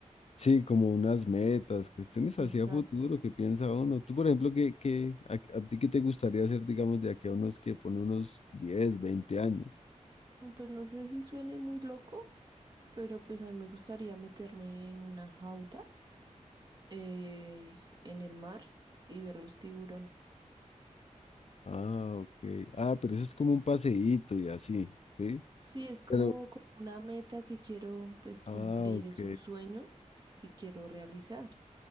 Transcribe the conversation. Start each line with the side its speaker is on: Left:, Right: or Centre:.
Left: Sí, como unas metas, cuestiones
Right: Exacto.
Left: hacia futuro, qué piensa uno. Tú, por ejemplo, ¿qué, qué, a, a ti qué te gustaría hacer, digamos, de aquí a unos que pone unos diez, veinte años?
Right: Mm, Pues no sé si suene muy loco, pero pues a mí me gustaría meterme en una jaula, eh, en el mar y ver los tiburones.
Left: Ah, ok. Ah, pero eso es como un paseíto y así, ¿sí?
Right: Sí, es como,
Left: Pero,
Right: como una meta que quiero pues cumplir,
Left: ah, ok.
Right: es un sueño que quiero realizar.